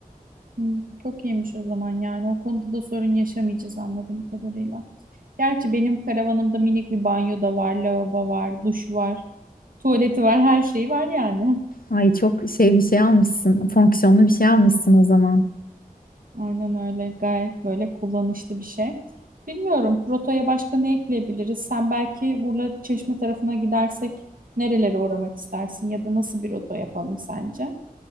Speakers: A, on the right; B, on the left.
A: Hmm, çok iyiymiş o zaman yani o konuda da sorun yaşamayacağız anladığım kadarıyla. Gerçi benim karavanımda minik bir banyo da var, lavabo var, duş var, tuvaleti var, her şeyi var yani.
B: Ay çok şey bir şey almışsın, fonksiyonlu bir şey almışsın o zaman.
A: Aynen öyle. Gayet böyle kullanışlı bir şey. Bilmiyorum rotaya başka ne ekleyebiliriz? Sen belki Urla Çeşme tarafına gidersek nerelere uğramak istersin ya da nasıl bir rota yapalım sence?